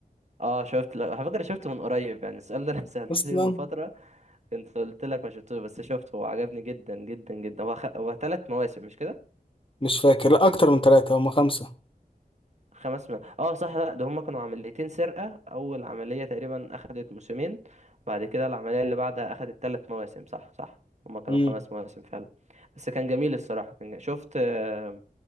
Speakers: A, on the right (about 45°); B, on the left (about 35°).
A: اه شفت لا على فكره شفت من قريب يعني السؤال ده انا <laughs> سالته
B: اصلا
A: لي من فتره كنت قلت لك ما شفتوش بس شفته هو عجبني جدا جدا جدا هو خ... هو ثلاث مواسم مش كده
B: مش فاكر لا اكتر من ثلاثة هما خمسة
A: خمس م... اه صح لا ده هما كانوا عمليتين سرقة اول عملية تقريبا اخدت موسمين بعد كده العملية اللي بعدها اخدت ثلاث مواسم صح صح هما كانوا
B: مم.
A: خمس مواسم فعلا بس كان جميل الصراحة كان... شفت آه،